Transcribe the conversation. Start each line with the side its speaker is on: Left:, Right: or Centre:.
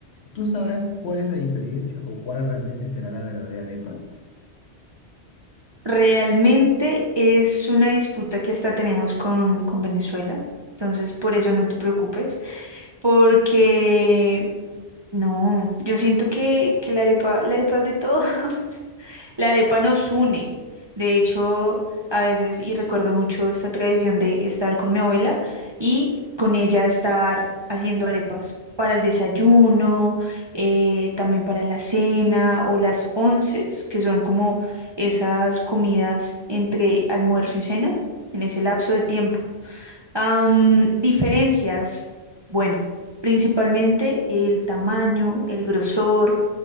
Left: ¿Tú sabrás cuál es la diferencia o cuál realmente será la verdadera arepa?
Right: Realmente es una disputa que hasta tenemos con, con Venezuela, entonces por eso no te preocupes, porque no, yo siento que, que la arepa, la arepa es de todos. <laughs> La arepa nos une. De hecho, a veces, y recuerdo mucho esta tradición de estar con mi abuela y con ella estar haciendo arepas para el desayuno, eh, también para la cena o las onces, que son como esas comidas entre almuerzo y cena, en ese lapso de tiempo. Am, diferencias. Bueno, principalmente el tamaño, el grosor,